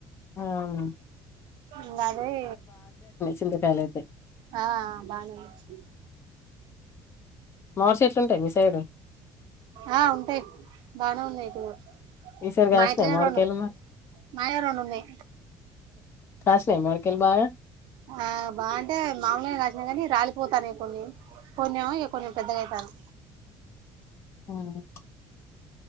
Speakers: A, on the left (about 30°); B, on the right (about 65°).
A: ఉహ్
B: ఇంగదే
A: చింతకాయలు అయితే
B: ఆ బానేంది
A: మామిడి చెెట్లు ఉంటాయి మీ సైడు
B: ఆ ఉంటాయి బానే ఉన్నాయి ఇటు కూడా
A: ఈసారి కాశీనాయి
B: మా ఇంట్లోనే
A: మావిడికాయిలు
B: రెండు
A: మా
B: మాయే రెండున్నాయి
A: కాసినాయ మామిడికాయలు బాగా
B: ఆ బా అంటే మామూలుగా కాసినగానీ రాలిపోతాన్నాయి కొన్ని కొన్ని ఏమో ఇగ కొంచెం పెద్దగా అయితన్నాయి
A: హ్మ్